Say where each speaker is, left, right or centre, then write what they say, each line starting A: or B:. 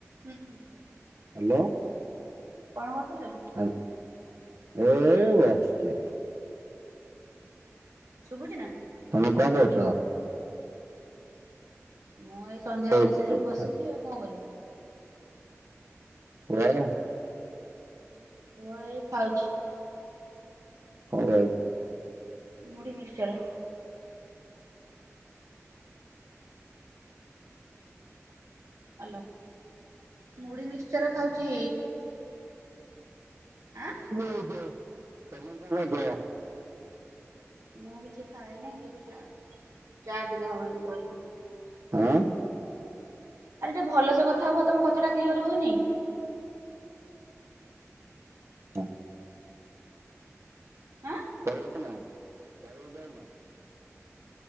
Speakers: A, on the right; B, on the right.
A: ହୁଁ ହୁଁ।
B: ହାଲୋ।
A: କଣ କରଥିଲେ।
B: ହାଲ ଏ ବସଚି।
A: ଶୁଭୁଛି ନା?
B: ତମେ କଣ କରୁଚ?
A: ମୁଁ ଏଇ ସନ୍ଧ୍ୟା
B: ତମେ
A: ଦେଇ
B: କଣ
A: ସାରିକି
B: କରୁଛ?
A: ବସିଛି ଆଉ କଣ କରିବି।
B: <unintelligible>
A: ପୁଅ ହେଇଁ ଖାଉଛି।
B: କଣ ଖାଉଚି?
A: ମୁଢ଼ୀ ମିିକ୍ସଚର। ହ୍ୟାଲୋ ମୁଢି ମିକ୍ଚର ଖାଉଚି। ଆଁ?
B: ତମେ କଣ କରଛ?
A: ମୁଁ କିଛି ଖଏନି ଦେଖିଆ। ଚା ଟିକେ ହବ ଯଦି କରିବି।
B: ଆଁ
A: ଆରେ ଟିକେ ଭଲସେ କଥା ହୁ ତମ କଥା ଟା କ୍ଲିୟର ହୋଉନି।
B: ହଁ।
A: ଆଁ
B: ତରବେ ନା ତରବେ ନା।